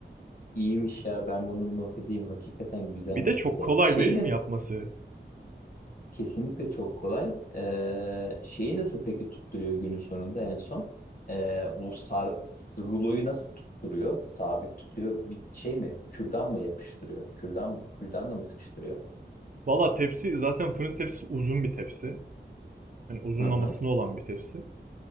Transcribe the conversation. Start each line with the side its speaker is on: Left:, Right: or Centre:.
Left: İyiymiş ya ben bunu not edeyim. Hakikaten güzelmiş
Right: Bir de çok
Left: bir de.
Right: kolay
Left: Şeyi
Right: değil mi
Left: nasıl?
Right: yapması?
Left: Kesinlikle çok kolay. Ee, şeyi nasıl peki tutturuyor günün sonunda en son? Ee, o sar, ruloyu nasıl tutturuyor? Sabit tutuyor. Bir şey mi? Kürdan mı yapıştırıyor? Kürdan, kürdanla mı sıkıştırıyor?
Right: Valla tepsi zaten fırın tepsisi uzun bir tepsi. Hani uzunlamasına
Left: Hı hı.
Right: olan bir tepsi.